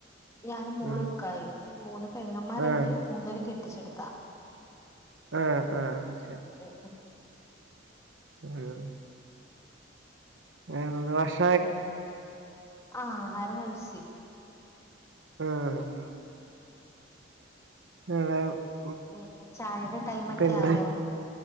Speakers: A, on the left; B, on the right.
A: ഞാന് മോള്
B: ഉം
A: ഇക്കായും മൂന്ന് പെങ്ങന്മാർണ്ട്
B: ആഹ്
A: മൂന്ന് പേരും കെട്ടിച്ചെടുത്താ
B: ആഹ് ആഹ് ശരി
A: ഉം ഉം
B: ഉം വേറെന്താ ഭക്ഷ
A: ഉം ആഹാ ആഹാരം കഴിച്ചു
B: ആഹ് <unintelligible>
A: പിന്നെ ചായയുടെ ടൈമ് ഒക്കെ
B: പിന്നെ
A: ആയോ